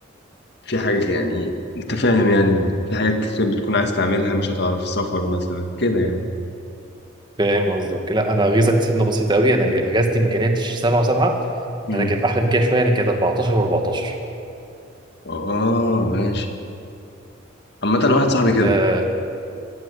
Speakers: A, on the left; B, on the right.
A: في حاجة يعني انت فاهم يعني في حاجات كتير بتكون عايز تعملها مش هتعرف سفر مثلا كده يعني
B: فاهم قصدك لا انا غيظك سنه بسيطه قوي انا اجازتي ما كانتش 7 و7
A: امم
B: انا كانت احلى من كده شويه انا كانت 14 و14
A: اه ماشي عامة واحد صاحبي كده
B: آه